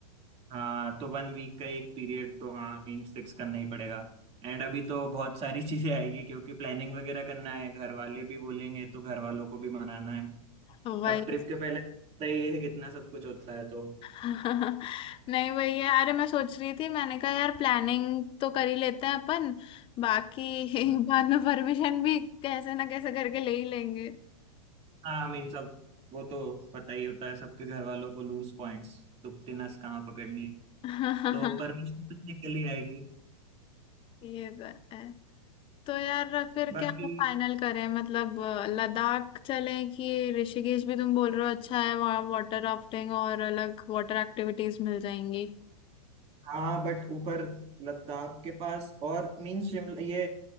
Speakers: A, on the right; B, on the left.
A: हाँ तो वन वीक का एक पीरियड तो हाँ मीन्स फिक्स करना ही पड़ेगा एंड अभी तो बहुत सारी चीजें आएगी क्योंकि प्लानिंग वगैरह करना है घर वाले भी बोलेंगे तो घर वालों को भी मनाना है
B: वही
A: अब ट्रिप के पहले पता ही है कितना सब कुछ होता है तो
B: <laughs> नहीं वही है अरे मैं सोच रही थी मैंने कहा यार प्लानिंग तो कर ही लेते हैं अपन बाकी
A: हाँ
B: <laughs> बाद में परमिशन भी कैसे ना कैसे करके ले ही लेंगे
A: हाँ मीन्स अब वो तो पता ही होता है सबके घर वालों को लूज पॉइंट्स दुखती नस कहाँ पकड़नी
B: <laughs>
A: तो परमिशन तो निकल ही आएगी
B: ये तो है तो यार फिर
A: बाकी
B: क्या फाइनल करें मतलब अ, लद्दाख चलें कि ऋषिकेश भी तुम बोल रहे हो अच्छा है वहाँ वाटर राफ्टिंग और अलग वाटर एक्टिविटीज मिल जाएंगी
A: हाँ बट ऊपर लद्दाख के पास और मीन शिमला ये